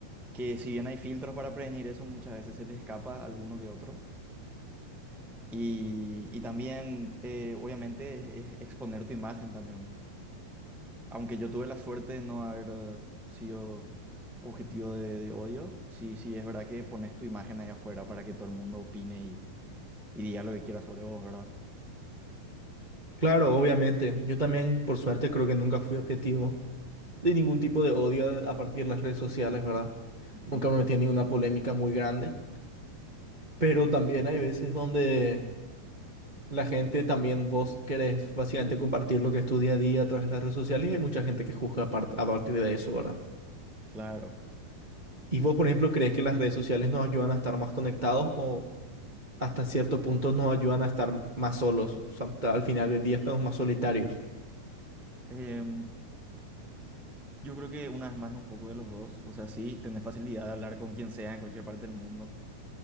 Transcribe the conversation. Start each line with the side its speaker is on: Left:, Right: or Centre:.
Centre: que si bien hay filtros para prevenir eso, muchas veces se les escapa alguno que otro. Y, y también, eh, obviamente, es, es exponer tu imagen también. Aunque yo tuve la suerte de no haber eh, sido objetivo de, de odio, sí, sí, es verdad que pones tu imagen ahí afuera para que todo el mundo opine y, y diga lo que quiera sobre vos, ¿verdad?
Right: Claro, obviamente. Yo también, por suerte, creo que nunca fui objetivo de ningún tipo de odio eh, a partir de las redes sociales, ¿verdad?
Centre: Ujú.
Right: Nunca me metí en ninguna polémica muy grande, pero también hay veces donde La gente también, vos querés básicamente compartir lo que es tu día a día a través de las redes sociales y hay mucha gente que juzga a par- a partir de eso, ¿verdad?
Centre: Claro.
Right: ¿Y vos, por ejemplo, crees que las redes sociales nos ayudan a estar más conectados o hasta cierto punto nos ayudan a estar más solos? O sea, hasta al final del día estamos más solitarios.
Centre: Em, yo creo que una vez más es un poco de los dos. O sea, sí, tener facilidad de hablar con quien sea en cualquier parte del mundo.